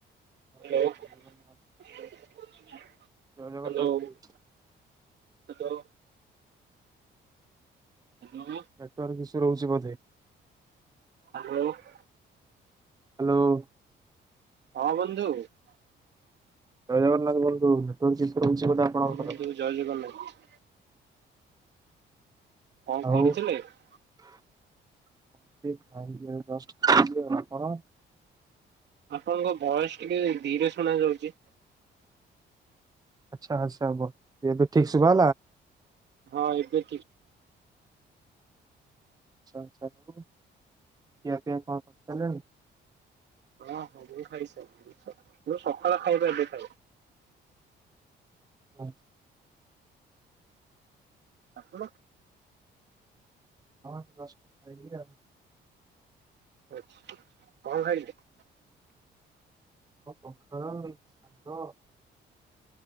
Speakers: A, on the right; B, on the right.
A: <inaudible>
B: ହଁ ଭାଇ ଜୟ ଜଗନ୍ନାଥ ଜୟ ଜଗନ୍ନାଥ ଭାଇ
A: ହଲ ହ୍ୟାଲୋ
B: ନେଟ୍----ଇସୁ ରହୁଚି ବଧେ।
A: <inaudible>
B: <inaudible>
A: <inaudible>
B: ଜୟ ଜଗନ୍ନାଥ୍ ବନ୍ଧୁ, ନେଟ୍ ରହୁଚି ବଧେ ଆପଣଙ୍କର।
A: ହଁ <unintelligible> <inaudible>
B: ଆଉ <inaudible>
A: ଆପଣଙ୍କ ଭଏସ୍‌ ଟିକେ ଧୀରେ ଶୁଣା ଯାଉଚି।
B: ଆଚ୍ଛା ଆଚ୍ଛା, ଏବେ ଠିକ୍ ଶୁଭା
A: ହଁ! ଏବେ
B: <inaudible>
A: <inaudible>
B: ହଁ
A: <inaudible>
B: <inaudible>
A: <inaudible>
B: <unintelligible>